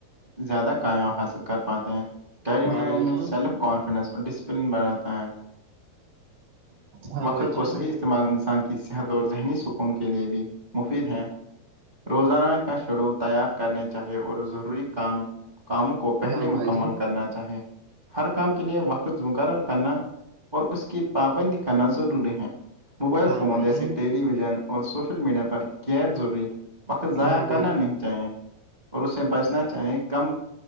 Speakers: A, on the right; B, on the right.
A: زیادہ کایاب حاصل کر پاتے ہیں ٹریم
B: ہاں
A: مینجمنٹ
B: بھائی جان
A: سیلف کانفیڈنس اور ڈسپلن بڑھاتا ہے
B: ہاں
A: وقت
B: بھائی
A: کو
B: جان
A: صحیح استعمال انسان کی صحت اور ذہنی سکون کے لئے بھی مفید ہے روزانہ کے کا شیڈول تیار کرنے چاہیے اور ضروری کام کاموں کو پہلے
B: ہاں
A: مکمل
B: بھائی جان
A: کرنا چاہے ہر کام کے لیے وقت زکر کرنا اور اس کی پابندی کرنا ضروری ہے موبائل
B: ہاں
A: فون
B: بھائی
A: جیسے
B: جان
A: ٹیلی ویژن اور سوشل میڈیا پر غیر ضروری وقت ضائع
B: ہاں بھائی جان
A: چاہیں اور اس سے بچنا چاہیں کم